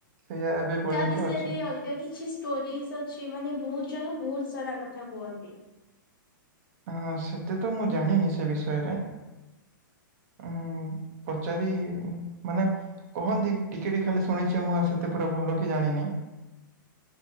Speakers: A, on the right; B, on the left.
A: ସେଇଆ ଏବେ ପର୍ଯ୍ୟନ୍ତ
B: ତା ବିଷୟରେ
A: ଅଛି।
B: <unintelligible> କିଛି ଷ୍ଟୋରିଜ ଅଛି ମାନେ ବହୁତ ଜଣ ବହୁତ ସାରା କଥା କୁହନ୍ତି।
A: ହଁ ସେତେ ତ ମୁଁ ଜାଣିନି ସେ ବିଷୟରେ। ଉଁ ପଚାରି ମାନେ କହନ୍ତି ଟିକେ ଟିକେ ଖାଲି ଶୁଣିଛି ମୁଁ ଆଉ ସେତେ ପୁରା ଭଲ କି ଜାଣିନି।